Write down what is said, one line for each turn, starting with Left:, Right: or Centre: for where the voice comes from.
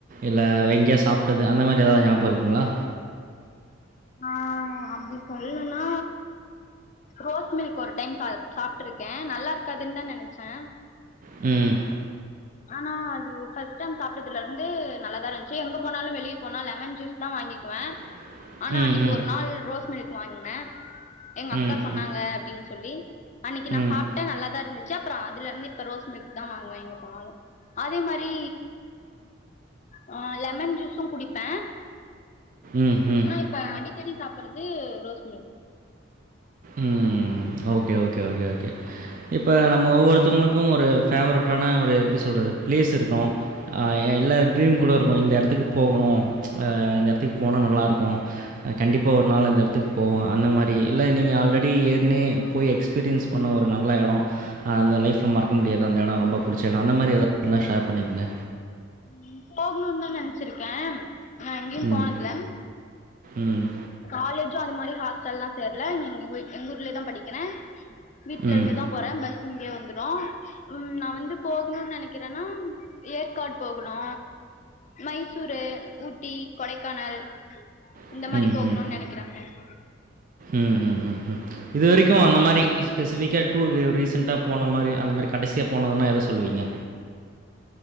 Right: இல்ல வெங்கிய்யா சாப்பிட்டது அந்த மாதிரி எதாவுது ஞாபகோ இருக்குங்ளா
Left: ஆ அப்டி சொல்லுன்னா ரோஸ் மில்க் ஒரு டைம் சாப்ட்டுருக்கே நல்லா இருக்காதுன்னு தா நெனச்சே
Right: ம்
Left: ஆனா அது ஃபர்ஸ்ட் டைம் சாப்பிட்டதுல இருந்தது நல்லாதா இருந்துச்சு எங்க போனாலு வெளியே போனா லெமன் ஜூஸ் தா வாங்கிக்குவ
Right: <unintelligible>
Left: ஆனா அன்னைக்கு
Right: ம்.
Left: ஒரு நாள் ரோஸ் மில்க் வாங்கினே எங்க அக்கா
Right: ம்,
Left: சொன்னாங்க
Right: ம்.
Left: அப்டின்னு சொல்லி அன்னைக்கு நா
Right: ம்.
Left: சாப்பிட்ட நல்லாதா இருச்சு அதுல இருந்துப்ப ரோஸ் மில்க் தா வாங்குவே எங்க போனாலு அதே மாதிரி ஆ லெமன் ஜூஸு குடிப்ப
Right: ம் ம்
Left: இப்ப அடிக்கடி சாப்பிறது ரோஸ் மில்க்
Right: ம் ஓகே ஓகே ஓகே ஓகே இப்ப நம்ம ஒவ்வொருத்தவங்களுக்கு ஒரு ஃபேவரட்டான ஒரு எப்டி சொல்றது ஒரு பிளேஸ் இருக்கு அ இல்லா ட்ரீம் கூட இருக்கோ இந்த எடத்துக்கு போகனு அ இந்த எடத்துக்கு போனா நல்லா இருக்கு அ கண்டிப்பா ஒரு நாள் அந்த எடத்துக்கு போவோ அந்த மாரி இல்ல நீங்க ஆல்ரெடி ஏற்கனவே போய் எக்ஸ்பீரியன்ஸ் பண்ண ஒரு நல்ல எடோ அந்த லைஃப்ப மறக்க முடியாத அந்த எடோ ரொம்ப புடிச்ச எடோ அந்த மாரி எதா இருந்தா ஷேர் பண்ணிக்குங்க
Left: ம் போகணுனு தா நெனச்சிருக்க ஆனா எங்கயு
Right: ம்.
Left: போனதில்ல
Right: ம்.
Left: காலேஜு அது மாரி ஹாஸ்ட்டல்லா சேர்ல இங்க எங்க ஊர்லே தா படிக்கிற வீட்ல
Right: ம்.
Left: இருந்துதா போற பஸ் இங்கே வந்துரோ ம் நா வந்து போகணுனு நெனை க்கிறனா ஏற்காடு போகுணு மைசூரு ஊட்டி கொடைக்கானல்
Right: ம்.
Left: இந்த மாரி போகனோனு
Right: ம்.
Left: நெனைக்கிற ஃப்ரெண்ட்
Right: ம் ம் ம் ம் இது வரைக்கு அந்த மாரி ஸ்பெசிஃபிக்கா டூருக்கு ரீசண்ட்டா போன மாரி அந்த மாரி கடசியா போனதுன்னா எத சொல்லுவீங்க